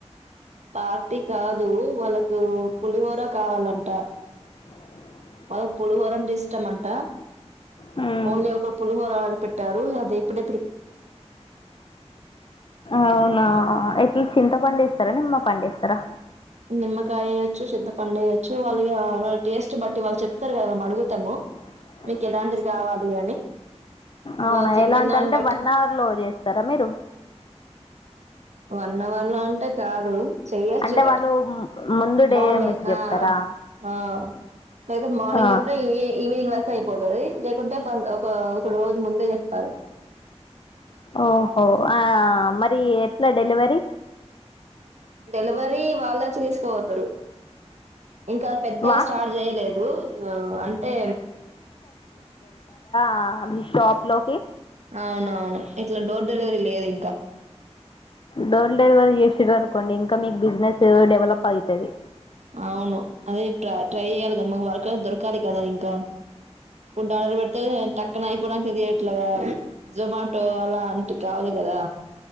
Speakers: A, on the right; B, on the left.
A: పార్టీ కాదు వాళ్ళకు పులిహోర కావాలంట
B: అ
A: వాళ్ళకి పులిహోర అంటే ఇష్టం అంట
B: మ్మ్
A: ఓన్లీ ఒక పులిహోర పెట్టారు అది ఇప్పుడు
B: అవునా ఎట్లా చింతపండేస్తారా నిమ్మపండేస్తారా
A: నిమ్మకాయ వేయచ్చు చింతపండు వేయచ్చు వాళ్లు ఇగ టేస్ట్ బట్టి వాళ్ళు చెప్తారు కదా అడుగుతాము
B: అ
A: మీకు ఎలాంటిది కావాలి అని
B: అవునా
A: వాళ్ళు చెప్పిన
B: ఎలాంట
A: దాన్ని
B: అంటే
A: బట్టి
B: వన్ అవర్ లో చేస్తారా మీరు
A: వన్ అవర్ లో అంటే కాదు చెయొచ్చు
B: అంటే
A: బట్
B: వాళ్ళు ము- ముందు డే
A: మోర్నింగ్
B: మీకు చెప్తారా
A: ఆ ఆ లేద మార్నింగ్
B: ఆ
A: చెప్పిన ఈ ఈవినింగ్ వరకు అయి పోతుది లేకుంటే ఫస్ ఒక ఒక రోజు ముందే చెప్పాలి
B: ఓహో ఆ మరి ఎట్లా డెలివరీ
A: డెలివరీ వెళ్లొచ్చి తీసుకోపోతారు ఇంకా పెద్దగా
B: వా
A: స్టార్ట్ చేయలేదు అంటే
B: ఆ మీ షోప్ లోకి
A: అవునవును ఇట్లా డోర్ డెలివరీ లేదు ఇంకా
B: డోర్ డెలివరీ చేసిర్రు అనుకోండి ఇంకా మీకు బిజినెస్ డెవలప్ అయితాది
A: అవును అదే ట్రై చెయాలి కదా మాకు వర్కర్స్ దొరకాలి కదా ఇంకా ఫుడ్ ఆర్డర్ పెడితే టక్కన అయిపోడా ఇది ఎట్లా జొమాటో అలాంటి కావాలి కదా